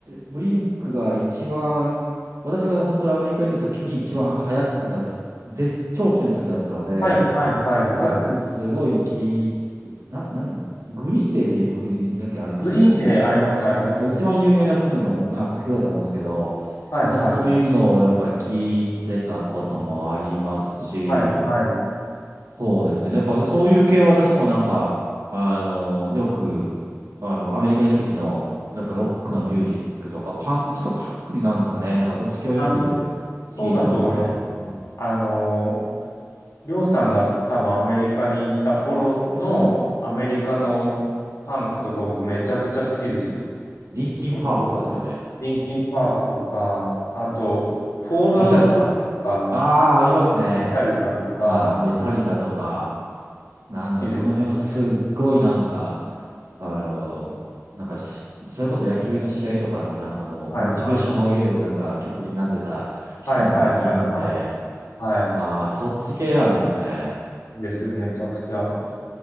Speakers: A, on the right; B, on the left.
A: ブリンクが一番、私が本当にアメリカ行った時に一番流行ってたす、絶頂期の時だったので、
B: はい、はい、はい、
A: よくすごい聞い、
B: はい。
A: な、なん、グリーンデーっていう国だけありましたっけ
B: グリーンであります、あります。
A: なんか一番有名な国だと思う、あ、国境だと思うんですけど、
B: はいはい。
A: なんかそういうのをやっぱり聞いてたこともありますし、
B: はいはい。
A: そうですね。やっぱそういう系は私もなんか、あの、よく、あの、アメリカにいた時の、やっぱロックのミュージックとか、パン、ちょっとパンクになるんですかね。なんかそっち系をよく
B: あの、そうだと思いますね。
A: 聞いてましたね。
B: あの、りょうさんが多分アメリカに行った頃のアメリカのパンクとか僕めちゃくちゃ好きですよ。
A: リンキンパークとかですよね。
B: そそれこそ。リンキンパークとか、あと、フォールアウトボーイとか、
A: メタリカ。ああ、ありますね。
B: メタリカとか、
A: はい、メタリカとか、なんかその辺をすっごいなんか、
B: 好きでしたね。
A: あの、なんかしそれこそ野球の試合とかのなんかもう、
B: はいはい。
A: モチベーションを上げるなんか曲になってた人もいるんで、
B: はいはいはいはい。はい。
A: ああ、そっち系なんですね。
B: です、めちゃくちゃ。